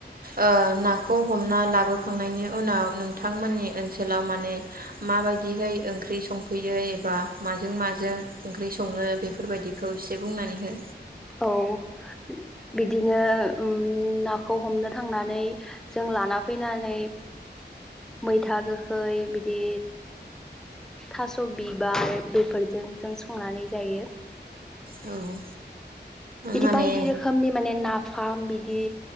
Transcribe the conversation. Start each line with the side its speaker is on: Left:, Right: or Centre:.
Right: ओ नाखौ हमना लाबोखांनायनि उनाव नोंथांमोननि ओनसोलाव माने माबायदिहै ओंख्रि संफैयो एबा माजों माजों ओंख्रि सङो बेफोरबायदिखौ एसे बुंनानै हो।
Centre: औ। बिदिनो उम नाखौ हमनो थांनानै जों लाना फैनानै मैथा गोखै बिदि थास' बिबार बेफोरजों जों संनानै जायो।
Right: औ।
Centre: बिदि
Right: माने
Centre: बायदि रोखोमनि माने नाफोर नाफाम बिदि